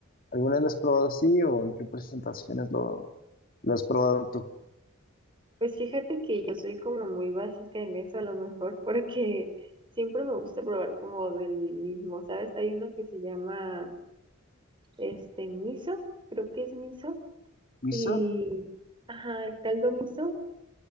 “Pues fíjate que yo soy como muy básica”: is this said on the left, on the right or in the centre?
Right